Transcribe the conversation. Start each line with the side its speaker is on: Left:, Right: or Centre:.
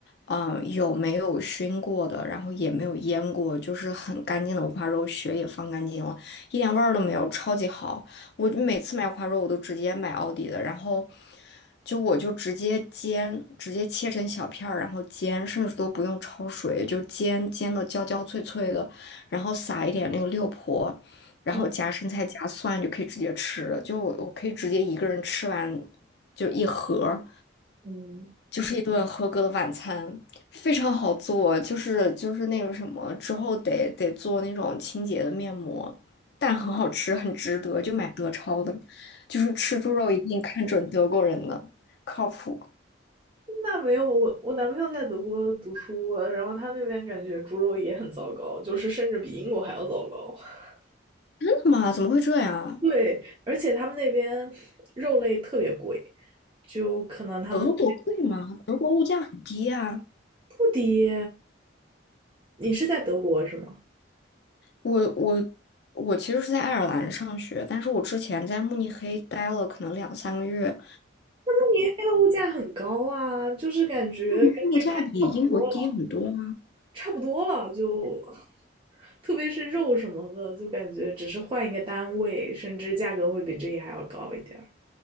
Left: 嗯、有没有熏过的，然后也没有腌过，就是很干净的五花肉，血也放干净了，一点味儿都没有，超级好。我每次买五花肉，我都直接买奥迪的，然后就我就直接煎，直接切成小片儿，然后煎，甚至都不用焯水，就煎煎的焦焦脆脆的，然后撒一点那个六婆。然后夹生菜夹蒜就可以直接吃了，
Right: 嗯
Left: 就我我可以直接一个人吃完，就一盒儿，
Right: 嗯，
Left: 就是一顿合格的晚餐，非常好做，就是就是那个什么之后得得做那种清洁的面膜，但很好吃，很值得，就买德超的，就是吃猪肉一定看准德国人的，靠谱。
Right: 那没有，我我男朋友在德国读书，然后他那边感觉猪肉也很糟糕，就是甚至比英国还要糟糕。<laughs>
Left: 真的吗？怎么会这样啊？
Right: 对，而且他们那边肉类特别贵，就可能他们
Left: 德国贵吗？德国物价很低啊。
Right: 不低。你是在德国是吗？
Left: 我我我其实是在爱尔兰上学，但是我之前在慕尼黑待了可能两三个月，
Right: 慕尼黑的物价很高啊，就是感觉跟这边差不多了，
Left: 慕尼黑物价比英国低很多啊。
Right: 差不多了就，<laughs> 特别是肉什么的，就感觉只是换一个单位，甚至价格会比这里还要高一点儿